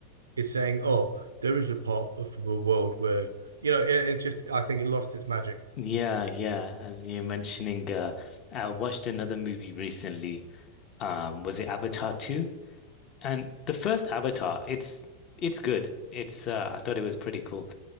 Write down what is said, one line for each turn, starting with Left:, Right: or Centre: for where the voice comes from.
Right: is saying, "Oh, there is a part of the world where, you know, it, it just I think it lost its magic."
Left: Yeah, yeah. As you're mentioning, uh, I watched another movie recently. Um, was it Avatar 2? And the first Avatar, it's it's good. It's uh, I thought it was pretty cool.